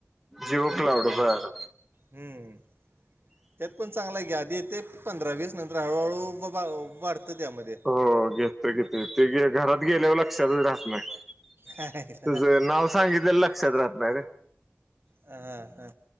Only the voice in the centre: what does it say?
जिओ क्लाउड बर.
हो घेतो की ती, ते घरात गेल्यावर लक्षातच राहत नाही.
तुझं नाव सांगितल्याल लक्षात राहतणाही र.